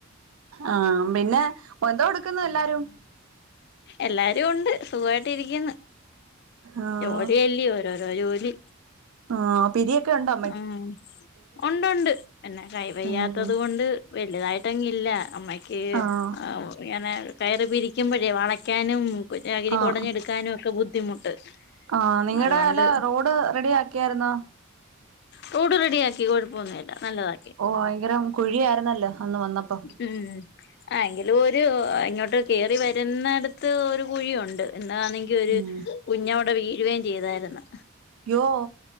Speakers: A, on the right; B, on the left.
A: ആഹ് പിന്നെ എന്തോ എട്ക്കുന്നു എല്ലാരും
B: എല്ലാരും ഉണ്ട് സുഖവായിട്ട് ഇരിക്ക്ന്ന്
A: ആഹ്
B: ജോലി അല്ലിയോ ഓരോരോ ജോലി
A: ആഹ് അപ്പ് പിരിയൊക്കെ ഇണ്ടോ?
B: ഉം ഒണ്ട് ഒണ്ട് പിന്നെ കൈ വെയ്യാത്തെത്
A: ഉം
B: കൊണ്ട് വെല്ല്തായിട്ട് അങ്ങ് ഇല്ല അമ്മെക്ക്
A: ആഹ്
B: ഏഹ് ഇങ്ങനെ കയറ് പിരിക്കുമ്പഴെ വളക്കാനും ചകിരി
A: ആഹ്
B: കൊടഞ്ഞ് എട്ക്കാനും ഒക്കെ ബുദ്ധിമുട്ട്.
A: ആഹ് നിങ്ങടെ
B: അതുകൊണ്ട്
A: അയിലെ റോഡ് റെഡിയാക്കിയായിര്ന്നോ?
B: റോഡ് റെഡിയാക്കി കൊഴപ്പൊന്നും ഇല്ലാ നല്ലതാക്കി
A: ഓ ഭയങ്കരം കുഴിയായിര്ന്നല്ലോ അന്ന് വന്നപ്പം.
B: ഉം ആഹ് എങ്കിലും ഒര് ഇങ്ങോട്ട് കേറി വര്ന്നട്ത്ത് ഒര് കുഴിയുണ്ട് ഇന്നാന്നെ ങ്കി ഒര്
A: ഉം
B: കുഞ്ഞ് അവ്ടെ വീഴുവെം ചെയ്തായ്ര്ന്ന്
A: യ്യോ